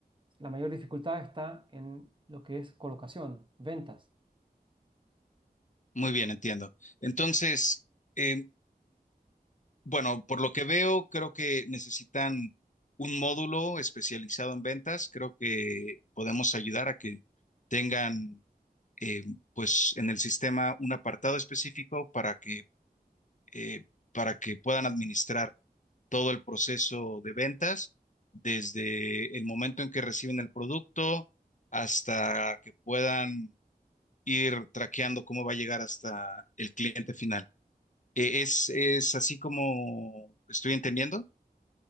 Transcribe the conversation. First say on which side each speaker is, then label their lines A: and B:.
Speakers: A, on the right; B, on the left.
A: La mayor dificultad está en lo que es colocación, ventas.
B: Muy bien, entiendo. Entonces, eh, bueno, por lo que veo, creo que necesitan un módulo especializado en ventas. Creo que podemos ayudar a que tengan, eh, pues, en el sistema un apartado específico para que, eh, para que puedan administrar todo el proceso de ventas, desde el momento en que reciben el producto hasta que puedan ir traqueando cómo va a llegar hasta el cliente final. Eh, ¿Es, es así como estoy entendiendo?